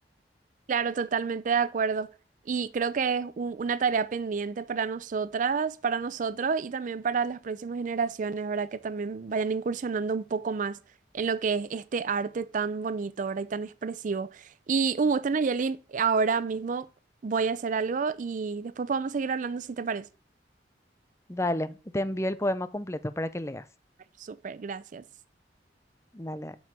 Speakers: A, on the right; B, on the left.
A: Claro, totalmente de acuerdo. Y creo que es un- una tarea pendiente para nosotras, para nosotros y también para las próximas generaciones, ¿verdad? Que también vayan incursionando un poco más en lo que es este arte tan bonito, ¿verdad? Y tan expresivo. Y un gusto, Nayeli. Ahora mismo voy a hacer algo y después podemos seguir hablando si te parece.
B: Dale, te envío el poema completo para que leas.
A: Dale, Súper, gracias.
B: Dale.